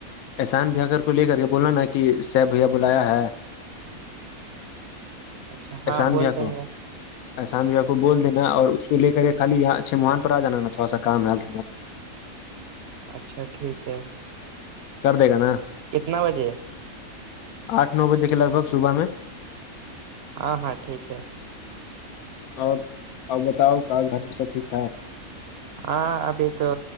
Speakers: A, on the left (about 80°); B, on the right (about 60°).
A: احسان بھیا کر کو لے کر کے بولا نا کہ صیب بھیا بولایا ہے
B: اچھا ہاں
A: احسان
B: بول
A: بھیھیا
B: دیں
A: کو
B: گے
A: احسان بھیھیا کو بول دینا اور اس کو لے کر کے خالیاں چھ موہان پر آ جانا نا تھوڑا سا کام ہےم
B: اچھا ٹھیک ہے
A: کر دے گا نا
B: کتنا بجے
A: آٹھ نو بجے کے لگ بگ صبح میں
B: ہاں ہاں ٹھیک ہے
A: اور اور بتاؤ کہ گھر میں سب ٹھیک ٹھاک
B: ہاں ابھی تو